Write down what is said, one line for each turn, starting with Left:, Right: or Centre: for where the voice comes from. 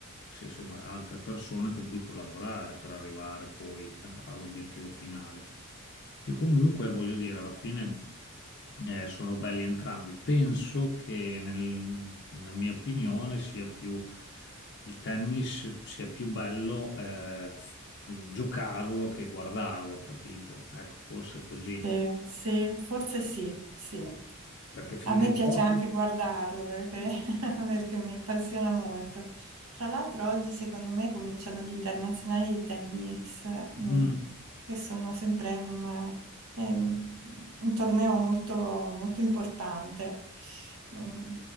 Left: sì, insomma, altre persone con cui collaborare per arrivare poi a- all'obiettivo finale. che comunque voglio dire, alla fine eh, sono belli entrambi. Penso che nel- nella mia opinione sia più il tennis sia più bello eh, f- mh, giocarlo che guardarlo, capito? Ecco, forse è così,
Right: Sì, sì, forse sì, sì.
Left: perché finché
Right: A me piace
Left: giochi
Right: anche guardarlo perché,
Left: Mm,
Right: <laughs> perché mi appassiona molto. Tra l'altro oggi secondo me cominciano gli internazionali di tennis,
Left: mm.
Right: mm, che sono sempre un, eh, un torneo molto, molto importante. Mm,